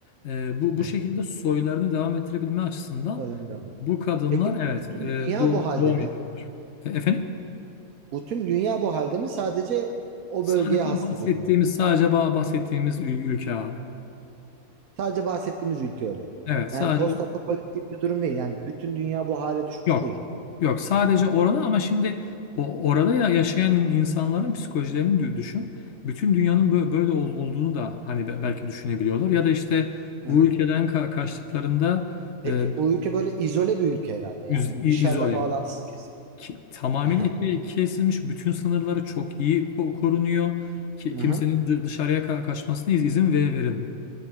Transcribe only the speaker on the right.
Evet.
Oradan devam edelim.
Peki
bütün
dünya
bu halde
mi?
Bütün dünya bu halde mi? Sadece o
bölgeye has
bir durum mu?
Sadece bahsettiğimiz ülke öyle.
Yani postapokaliptik bir durum değil. Yani bütün dünya bu hale düşmüş
değil.
Hı
hı.
Peki
bu ülke böyle izole bir ülke herhalde. Yani
dışarıla
bağlantısı kesin.
Aha,
aha,